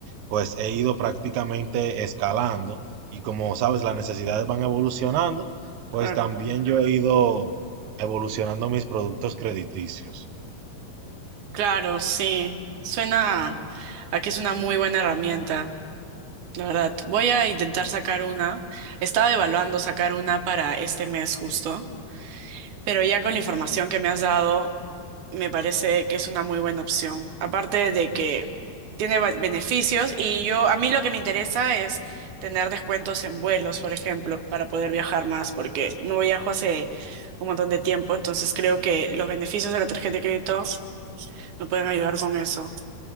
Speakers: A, on the right; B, on the right.
A: pues he ido prácticamente escalando y como sabes, las necesidades van evolucionando, pues
B: claro.
A: también yo he ido evolucionando mis productos crediticios.
B: Claro, sí. Suena a que es una muy buena herramienta, la verdad. Voy a intentar sacar una. Estaba evaluando sacar una para este mes justo, pero ya con la información que me has dado. me parece que es una muy buena opción. Aparte de que tiene ba- beneficios y yo, a mí lo que me interesa es tener descuentos en vuelos, por ejemplo, para poder viajar más, porque no viajo hace un montón de tiempo, entonces creo que los beneficios de la tarjeta de crédito me pueden ayudar con eso.